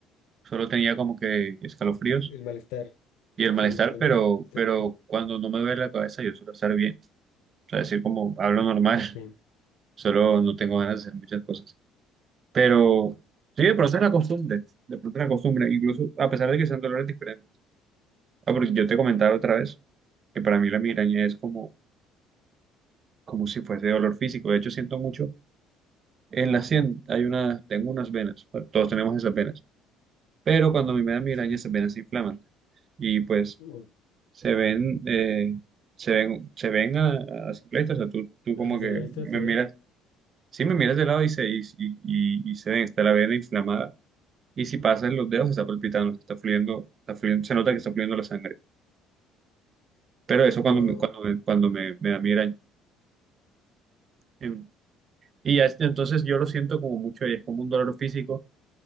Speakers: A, on the right; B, on the left.
A: solo tenía como que escalofríos
B: el malestar.
A: y el malestar,
B: Sí, ese malestar
A: pero, pero
B: que...
A: cuando no me duele la cabeza yo suelo estar bien. O sea, decir como hablo normal,
B: Ok,
A: <laughs> solo no tengo ganas de hacer muchas cosas. Pero sí, de pronto es la costumbre, de pronto es la costumbre, incluso a pesar de que sean dolores diferentes. Ah, porque yo te comentaba otra vez que para mí la migraña es como, como si fuese dolor físico. De hecho, siento mucho. En la sien hay una, tengo unas venas, pues, todos tenemos esas venas, pero cuando a mí me da migraña
B: sí.
A: esas venas se inflaman y pues
B: Uh,
A: se ven, eh, se ven, se ven a, a simple vista, o sea, tú, tú
B: A
A: como que
B: simple vista
A: me
B: se
A: miras,
B: ven.
A: sí me miras de lado y se, y, y, y- y se ven, está la vena inflamada y si pasas los dedos está palpitando, está fluyendo, está fluyendo, se nota que está fluyendo la sangre, pero eso
B: Wow.
A: cuando me, cuando me, cuando me, me da migraña. Em, Y ya, entonces yo lo siento como mucho, y es como un dolor físico